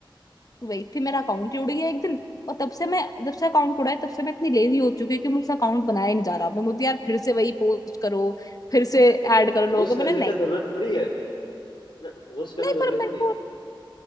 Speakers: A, on the left; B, on the left.
A: वही फिर मेरा अकाउंट ही उड़ गया एक दिन और तब से मैं जब से अकाउंट उड़ा है तब से मैं इतनी लेजी हो चुकी हूँ कि मुझसे अकाउंट बनाया ही नहीं जा रहा मैं मुझे यार फिर से वही पोस्ट करो फिर से ऐड
B: तो
A: कर
B: पोस्ट
A: लो कि मैंने
B: करने
A: नहीं
B: का जरूरत थोड़ी है पोस्ट करना
A: नहीं
B: जरूरी
A: पर मेरे
B: थोड़ी है
A: को